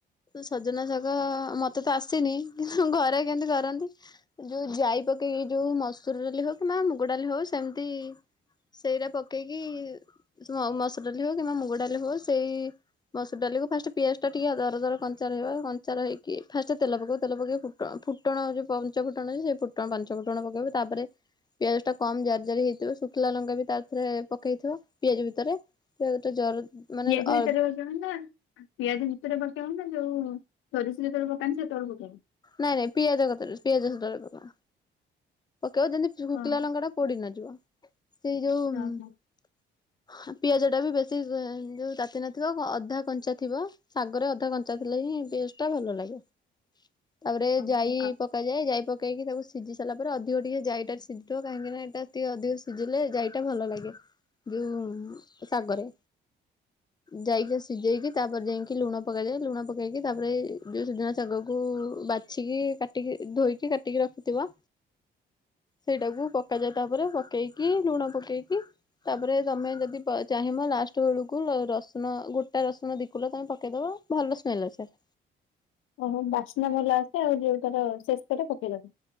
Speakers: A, on the left (about 20°); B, on the left (about 85°).
A: ସଜନା ଶାଗ ମତେ ତ ଆସିନି ଘରେ କେମିତି କରନ୍ତି ଯୋଉ ଜାଇ ପକେଇକି ଯୋଉ ମସୁର ଡାଲି ହଉ କିମ୍ବା ମୁଗଡାଲି ହଉ ସେମିତି ସେଇରା ପକେଇକି ମସୁର ଡ଼ାଲି ହଉ କିମ୍ବା ମୁଗ ଡ଼ାଲି ହଉ ସେଇ ମସୁର ଡାଲିକୁ ଫାଷ୍ଟ ପିଆଜ ଟା ଟିକେ ଦର ଦର କଞ୍ଚା ରହିବ କଞ୍ଚା ରହିକି ଫାଷ୍ଟ ତେଲ ପକେଇବ ତେଲ ପକେଇ କି ଫୁଟଣ ଫୁଟଣ ଯୋଉ ପଞ୍ଚ ଫୁଟଣ ସେ ଫୁଟ ପଞ୍ଚ ଫୁଟଣ ପକେଇବ ତାପରେ। ପିଆଜ ଟା କମ ଜାରି ଜାରି ହେଇଥିବ ଶୁଖିଲା ଲଙ୍କା ବି ତାଧିଅରେ ପକେଇଥିବ ପିଆଜ ଭିତରେ। ପିଆଜ ଟା ଜର ମାନେ
B: ପିଆଜ
A: ଅ
B: ଭିତରେ ପକେଇ ହୁଅନ୍ତା ପିଆଜ ଭିତରେ ପକେଇ ହୁଅନ୍ତା ସୋରିଷ ଯେତେବେଳେ ପକାନ୍ତି ସେତେବେଳେ ପକେଇବ।
A: ନାଇଁ ନାଇଁ ପିଆଜ କଥା ପିଆଜ ଯେତେବେଳେ ପକାନ୍ତି ପକେଇବ ଯେମିତି ଶୁଖିଲା
B: ହଁ
A: ଲଙ୍କାଟା। ପୋଡିି ନ ଯିବ ସେଇ ଯୋଉ।
B: ହଁ ହଁ
A: ପିଆଜ ଟା ବି ବେଶୀ ଯୋଉ ତାତି ନଥିବ ଅଧା କଞ୍ଚା ଥିବ। ଶାଗରେ ଅଧା କଞ୍ଚା ଥିଲେ ହିଁ ପିଆଜ ଟା ଭଲ ଲାଗେ। ତାପରେ ଜାଇ
B: ହଁ ହଁ।
A: ଯାଏ ଜାଇ ପକେଇ ତାକୁ ସିଝି ସାରିଲା ପରେ ଅଧିକ ଟିକେଏ ଜାଇଟା ସିଝିବ କାହିଁକିନା ଏଇା ଟିକେ ଅଧିକ ସିଝିଲେ ଜାଇଟା ଭଲ ଲାଗେ ଯୋଉ ଶାଗରେ। ଜାଇକି ସିଝେଇକି ତାପରେ ଯାଇଁକି ଲୁଣ ପକାଯାଏ ଲୁଣ ପକାଇକି ତାପରେ ଯେଉଁ ଶୁଯୁନା ଶାଗକୁ ବାଛିକି କାଟିକି ଧୋଇକି କାଟିକି ରଖିଥିବ ସେଇଟାକୁ ପକାଯାଏ ତାପରେ ପକେଇକି ଲୁଣ ପକେଇକି। ତାପରେ ତମେ ଯଦି ଚାହିଁବ ଲାଷ୍ଟ ବେଳକୁ ରସୁଣ ଗୋଟା ରସୁଣ ଦି କୁଲା ତମେ ପକାଇଦେବ। ଭଲ ସ୍ମେଲ ଅସେ।
B: ଓହୋ ବାସ୍ନା ଭଲ ଆସେ ଆଉ ଯୋଉଟାର ଶେଷରେ ପକେଇଦବ।